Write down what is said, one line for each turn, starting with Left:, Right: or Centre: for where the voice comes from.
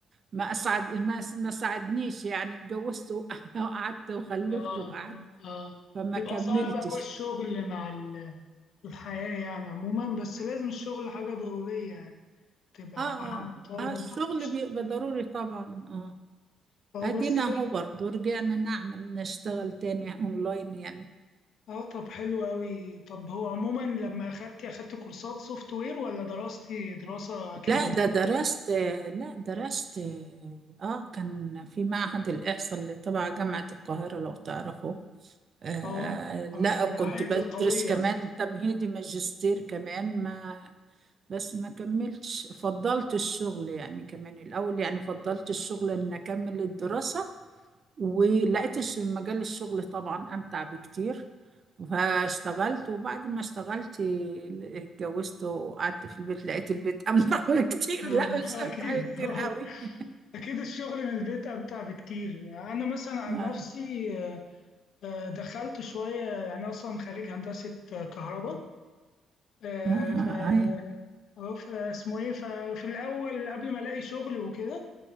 Right: ما أسعد ما ما ساعدنيش يعني اتجوزت وقعدت <laughs> وخلفت
Left: اه
Right: وقعدت
Left: اه
Right: فما
Left: بيبقى
Right: كملتش
Left: صعب قوي الشغل مع ال- الحياة يعني عموما بس لازم الشغل حاجة ضرورية يعني تبقى
Right: اه اه
Left: الواحد مضطر
Right: آه،
Left: انه
Right: الشغل
Left: يشتغل
Right: بيبقى ضروري طبعا اه
Left: اه
Right: ادينا
Left: بس
Right: اهو برضه رجعنا نعمل نشتغل تاني اونلاين يعني
Left: اه طب حلو أوي طب هو عموما لما أخدتي أخدت كورسات سوفت وير ولا دراستي دراسة أكاديمية؟
Right: لا ده درست لا درست اه كان في معهد الاحصاء اللي تبع جامعة القاهرة لو تعرفه آه
Left: اه
Right: لا
Left: من المعاهد
Right: كنت بدرس
Left: القوية
Right: كمان تمهيدي ماجستير كمان ما بس ما كملتش فضلت الشغل يعني كمان الاول يعني فضلت الشغل ان اكمل الدراسة ولقيتش مجال الشغل طبعا امتع بكتير فاشتغلت وبعد ما اشتغلت اتجوزت وقعدت في البيت لقيت البيت امتع بكتير
Left: آه،
Right: <laughs> لا
Left: <laughs>
Right: مش امتع
Left: أكيد
Right: بكتير
Left: آه.
Right: قوي <laughs>
Left: أكيد الشغل من البيت أمتع بكتير أنا مثلا عن
Right: اه
Left: نفسي آه، دخلت شوية يعني أصلا خريج هندسة كهرباء آه،
Right: اه
Left: ف
Right: أي-
Left: اه فاسمه ايه ففي الاول قبل ما الاقي شغل وكده